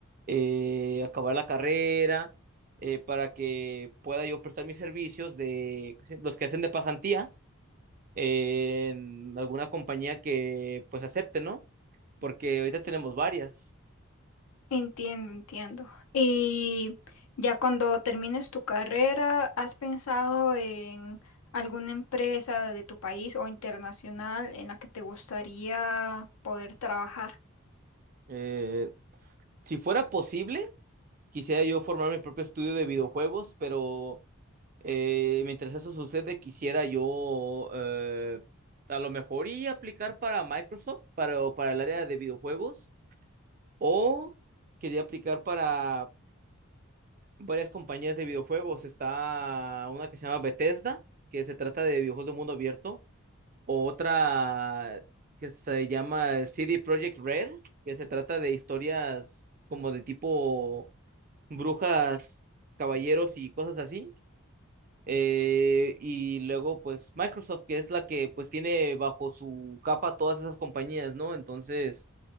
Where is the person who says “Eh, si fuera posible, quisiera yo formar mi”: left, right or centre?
Right